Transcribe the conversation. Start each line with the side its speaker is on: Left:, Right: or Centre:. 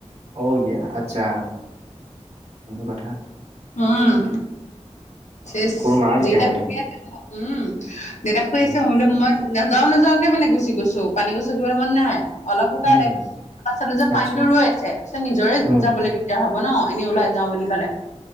Right: অ ইয়া আচ্ছা কথা
Left: অ চেচ
Right: কোৰ মাৰা তেতিয়াহ'লে
Left: ৱেদাৰ
Right: তুমি?
Left: উম দেউতা শুই
Right: উম,
Left: আছে মই বোলো মই নাযাও নাযাও কে মানে গুচি গৈছো পানী গছ'কিবলে মন নাই অলপ শুকালে
Right: উম
Left: পাছত চালোঁ যে
Right: আচ্ছা,
Left: পানীটো ৰৈ আছে পাছত নিজৰে
Right: উম,
Left: যাব লাগিলে দি দাৰ হ'ব ন এনে ওলাই যাওঁ বুলি ক'লে